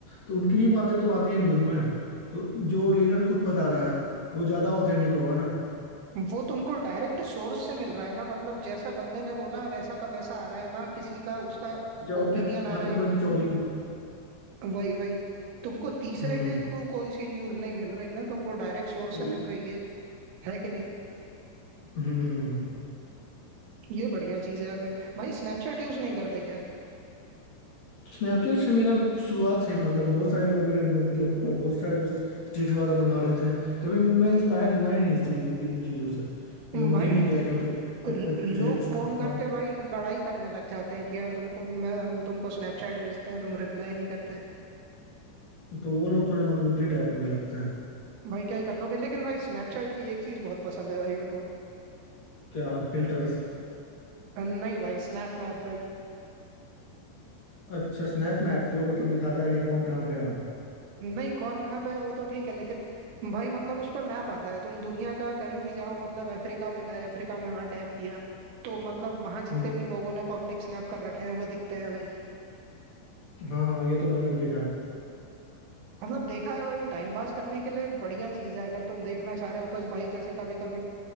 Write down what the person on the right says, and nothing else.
वो तुमको डायरेक्ट सोर्स से मिल रहा है ना मतलब जैसा बंदे ने बोला वैसा का वैसा आ रहा है ना किसी का उसका
ओपिनियन आ
रहा
है कि
वही वही तुमको तीसरे
के थ्रू कोई सी न्यूज नहीं मिल रही ना तुमको डायरेक्ट सोर्स
से मिल रही है है कि नहीं
ये बढ़िया चीज है यार भाई भाई स्नैपचैट यूज नहीं करते क्या
भाई
ल-
ल-
लोग
फोन
करके भाई लड़ाई करने लग जाते हैं कि यार तुमको मैं हम तुमको स्नैपचैट भेजते हैं तुम रिप्लाई नहीं करते
भाई क्या ही कर लोगे लेकिन भाई स्नैपचैट की एक चीज बहुत पसंद है भाई मेरे को
नहीं भाई स्नैप मैप भाई
नहीं कौन कहाँ पे है वो तो ठीक है लेकिन भाई मतलब उस पर मैप आता है तुम दुनिया का कहीं भी जाओ मतलब अफ्रीका में गए अफ्रीका में वहां टैप किया तो मतलब वहां जितने
भी लोगों ने पब्लिक स्नैप कर रखे हैं वो दिखते हैं भाई
मतलब देखा है भाई टाइम पास करने के लिए बढ़िया चीज है अगर तुम देखना चाह रहे हो तो भाई जैसे कभी कभी